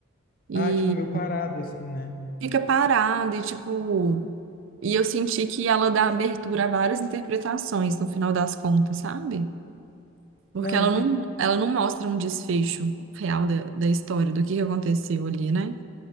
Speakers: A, on the right; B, on the left.
A: E
B: Ah, tipo, meio parado, assim, né?
A: fica parado e tipo. E eu senti que ela dá abertura a várias interpretações no final das contas, sabe? Porque
B: Não,
A: ela não, ela não mostra um desfecho real da, da história, do que que aconteceu ali, né?